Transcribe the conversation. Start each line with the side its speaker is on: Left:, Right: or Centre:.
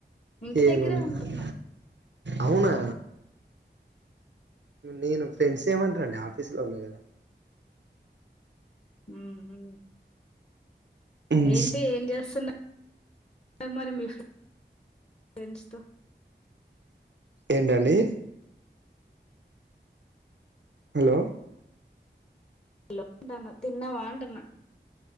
Left: ఇంటి
Right: ఏం
Left: దగ్గరే
Right: కొనలే
Left: ఉంటున్నా
Right: అవునా నేను ఫ్రెండ్స్ ఏమంటారండి ఆఫీసు లో ఉన్నా కదా
Left: ఊ ఊ
Right: ఉమ్,
Left: ఏంటి ఏం చేస్తున్న మరి మీ ఫ్ ఫ్రెండ్స్ తో
Right: ఏంటండి హలో
Left: హలోంటానా తిన్న వాంటనా